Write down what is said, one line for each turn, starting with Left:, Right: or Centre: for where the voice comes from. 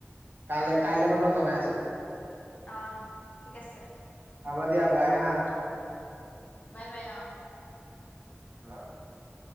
Right: কাইলৈ কাইলৈ মই তোমাক জনাই আছো।
Left: অ', ঠিক আছে।
Right: হ'ব দিয়া বাই হা।
Left: বাই বাই অঁ
Right: <unintelligible>